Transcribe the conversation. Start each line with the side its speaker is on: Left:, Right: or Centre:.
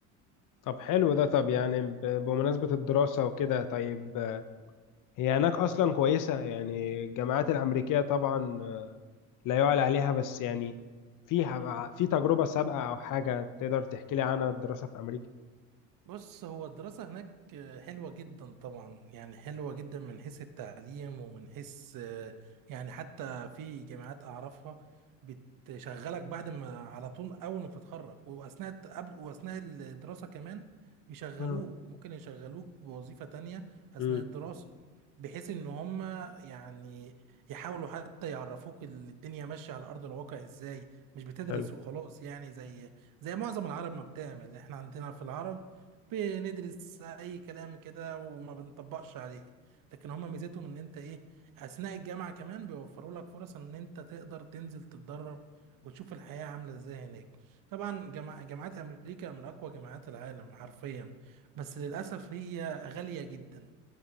Left: طب حلو ده طب يعني ب- بمناسبة الدراسة وكده طيب آه، هي هناك اصلا كويسة يعني الجامعات الامريكية طبعا آه، لا يعلى عليها بس يعني في ح- في تجربة سابقة او حاجة تقدر تحكي لي عنها الدراسة في امريكا
Right: بص هو الدراسة هناك حلوة جدا طبعا يعني حلوة جدا من حيث التعليم ومن حيث يعني حتى في جامعات أعرفها بتشغلك بعد ما على طول أول ما بتتخرج وأثناء الت- قبل وأثناء الدراسة كمان بيشغلوك
Left: اه
Right: ممكن يشغلوك بوظيفة تانية أثناء
Left: امم
Right: الدراسة بحيث إن هم يعني يحاولوا حتى يعرفوك الدنيا ماشية على أرض الواقع إزاي مش بتدرس
Left: حلو
Right: وخلاص يعني زي زي معظم العرب ما بتعمل إحنا عندنا في العرب بندرس اي كلام كده وما بنطبقش عليه لكن هما ميزتهم ان انت ايه اثناء الجامعه كمان بيوفروا لك فرص ان انت تقدر تنزل تتدرب وتشوف الحياه عامله ازاي هناك طبعا جامع- جامعات امريكا من اقوى جامعات العالم حرفيا بس للاسف هي غاليه جدا